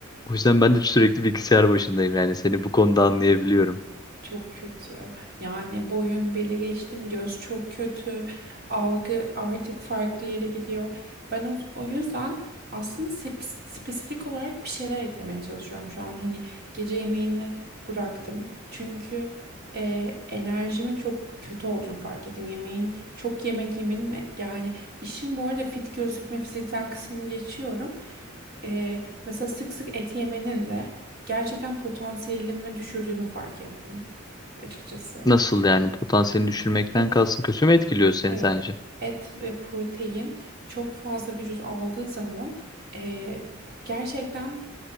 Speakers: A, on the left; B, on the right.
A: O yüzden ben de sürekli bilgisayar başındayım. Yani seni bu konuda anlayabiliyorum.
B: Çok kötü. Yani boyun beli geçtim, göz çok kötü. Algı artık farklı yere gidiyor. Ben o, o yüzden aslında spes- spesifik olarak bir şeyler eklemeye çalışıyorum şu an. Hani gece yemeğini bıraktım. Çünkü e, enerjimin çok kötü olduğunu fark ettim. Yemeğin, çok yemek yemenin ve yani işin bu arada fit gözükme fiziksel kısmını geçiyorum. Ee, mesela sık sık et yemenin de gerçekten potansiyelimi düşürdüğünü fark ettim açıkçası.
A: Nasıl yani potansiyelini düşürmekten
B: Et.
A: kalsın kötü mü etkiliyor seni
B: Evet.
A: sence?
B: Et ve protein çok fazla vücut aldığı zaman eee, gerçekten